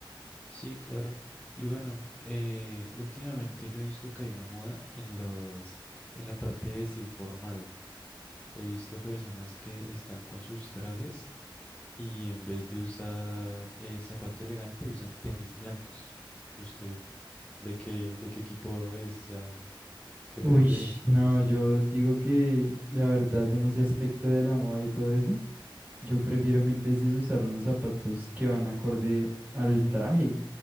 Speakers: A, on the left; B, on the right.
A: Sí, claro. Y bueno, eh, últimamente yo he visto que hay una moda en los, en la parte de vestir formal. He visto personas que están con sus trajes y en vez de usar eh, zapato elegante usan tenis blancos. ¿Usted de qué, de qué equipo es? O sea, ¿qué
B: Uy,
A: prefieren
B: no,
A: usar?
B: yo digo que la verdad en ese aspecto de la moda y todo eso. Yo prefiero mil veces usar unos zapatos que van acorde al traje.